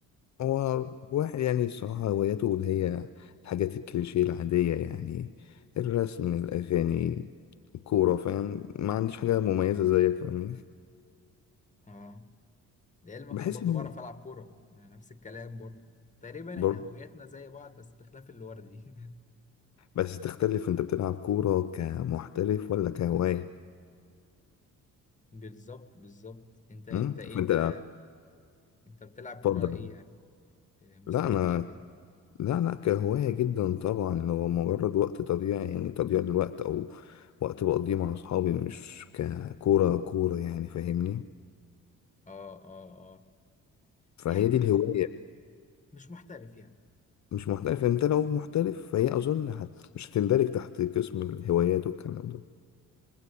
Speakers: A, on the left; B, on the left.
A: هو واحد يعني الصراحة هواياته اللي هي الحاجات الكليشيه العادية يعني الرسم الأغاني الكورة فاهم ما عنديش حاجة مميزة زيك فاهمني
B: آه. لعلمك
A: بحس
B: انا برضو
A: إن
B: بعرف العب كوره يعني نفس الكلام برضو تقريبا
A: برضه
B: احنا هوياتنا زي بعض بس بخلاف الورد دي
A: بس تختلف أنت بتلعب كورة كمحترف ولا كهواية
B: <laughs> بالظبط بالظبط انت انت
A: أمم؟
B: ايه
A: فأنت
B: انت انت بتلعب
A: اتفضل
B: كوره ايه يعني إيه مستواك
A: لا أنا
B: ايه فين
A: لا لا كهواية جدا طبعا اللي هو مجرد وقت تضييع يعني تضييع للوقت أو وقت بقضيه مع أصحابي مش ككورة كورة يعني فاهمني
B: اه اه اه
A: فهي
B: يعني
A: دي
B: مش
A: الهواية
B: مش محترف يعني
A: مش محترف أنت لو محترف فهي أظن هت... مش هتندرج تحت قسم الهوايات والكلام ده